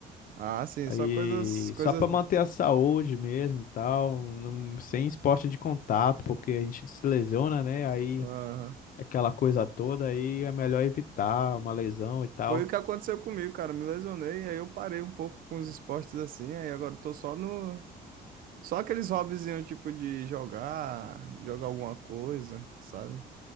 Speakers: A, on the right (about 55°); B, on the left (about 55°).
A: Ah, sim.
B: Aí,
A: Só coisas... Coisas...
B: só pra manter a saúde mesmo e tal, não- sem esporte de contato, porque a gente se lesiona, né? Aí,
A: Aham.
B: aquela coisa toda, aí é melhor evitar uma lesão e tal.
A: Foi o que aconteceu comigo, cara. Me lesionei, aí eu parei um pouco com os esportes assim, aí agora eu tô só no. Só aqueles hobbyzinhos, tipo, de jogar, jogar alguma coisa, sabe?